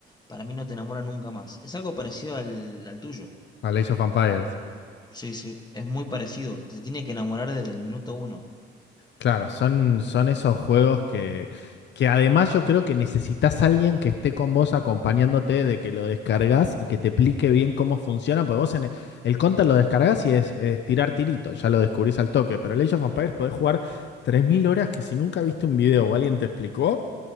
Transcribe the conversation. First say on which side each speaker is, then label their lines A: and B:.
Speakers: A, on the left (about 20°); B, on the left (about 65°).
A: para mí no te enamora nunca más. Es algo parecido al al tuyo.
B: A Age of Empires.
A: Sí, sí, es muy parecido. Te tiene que enamorar desde el minuto uno.
B: Claro, son, son esos juegos que, que además yo creo que necesitas alguien que esté con vos acompañándote de que lo descargas y que te explique bien cómo funciona, porque vos en el, el Counter lo descargas y es, es tirar tirito, ya lo descubrís al toque, pero el Age of Empires podés jugar 3.000 horas que si nunca viste un video o alguien te explicó,